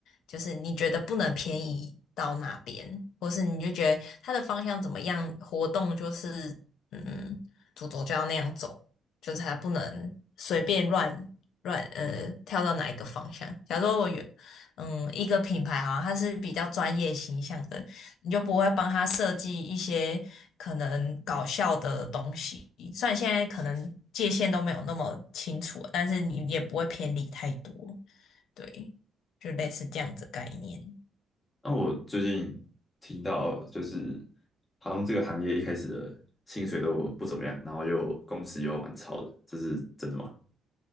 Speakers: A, on the left (about 75°); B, on the left (about 25°).
A: 就是你觉得不能偏移到哪边，或是你就觉得它的方向怎么样，活动就是嗯，主轴就要那样走，就是它不能随便乱乱呃跳到哪一个方向。假如说我原嗯一个品牌好像它是比较专业形象的，你就不会帮他设计一些可能搞笑的东西。虽然现在可能界限都没有那么清楚了，但是你也不会偏离太多。对，就类似这样子概念，
B: 那我最近听到就是好像这个行业一开始的薪水都不怎么样，然后又公司又蛮超的，这是真的吗？